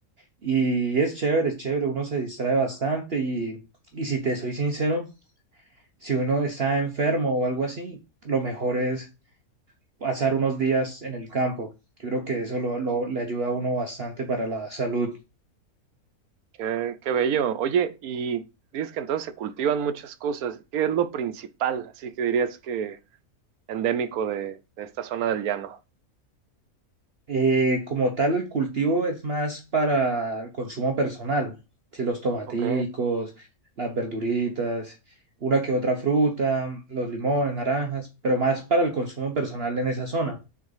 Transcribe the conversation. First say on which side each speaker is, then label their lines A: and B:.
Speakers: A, on the right; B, on the right.
A: y es chévere, es chévere, uno se distrae bastante y, y si te soy sincero, si uno está enfermo o algo así, lo mejor es pasar unos días en el campo. Yo creo que eso lo, lo- le ayuda a uno bastante para la salud.
B: qué, qué bello. Oye, y dices que entonces se cultivan muchas cosas. ¿Qué es lo principal? Así que dirías que endémico de, de esta zona del llano.
A: Eh, como tal, el cultivo es más para el consumo personal, si los tomaticos,
B: Ok,
A: las verduritas, una que otra fruta, los limones, naranjas, pero más para el consumo personal en esa zona.